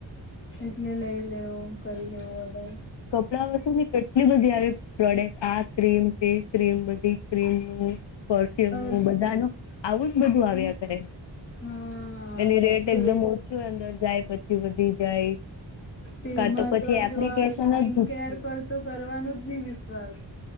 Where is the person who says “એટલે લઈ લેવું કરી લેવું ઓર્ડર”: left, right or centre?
Left